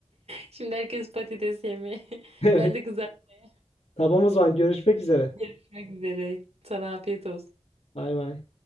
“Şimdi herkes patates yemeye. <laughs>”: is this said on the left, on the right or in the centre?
Right